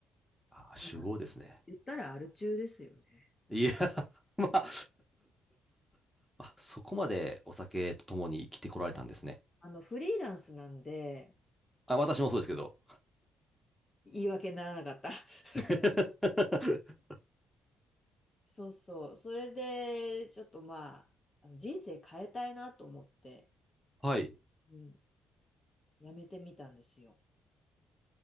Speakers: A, in the centre; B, on the left (about 25°).
A: あ、酒豪ですね。
B: うん言ったらアル中ですよね。
A: いや、<laughs> まあ <laughs>、あ、そこまでお酒と共に生きてこられたんですね。
B: あの、フリーランスなんで、お仕
A: あ、私もそうですけど。
B: 言い訳にならなかった。<laughs>
A: <laughs>
B: そうそう。それで、ちょっとまあ、あの人生変えたいなと思って、
A: はい。
B: うん、やめてみたんですよ。